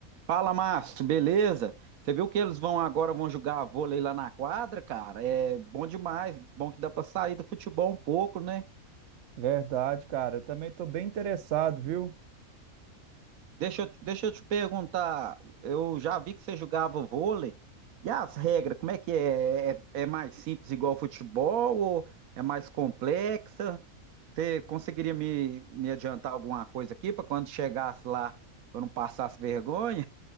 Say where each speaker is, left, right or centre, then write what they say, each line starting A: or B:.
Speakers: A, on the right (about 80°); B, on the right (about 60°).
A: Fala, Márcio, beleza? Você viu que eles vão agora vão jogar vôlei lá na quadra, cara? É bom demais, bom que dá pra sair do futebol um pouco, né?
B: Verdade, cara. Eu também tô bem interessado, viu?
A: Deixa eu, te- deixa eu te perguntar, eu já vi que você jogava vôlei. E as regras, como é que é? É, é é mais simples igual futebol ou é mais complexa? Você conseguiria me, me adiantar alguma coisa aqui para quando chegasse lá eu não passasse vergonha?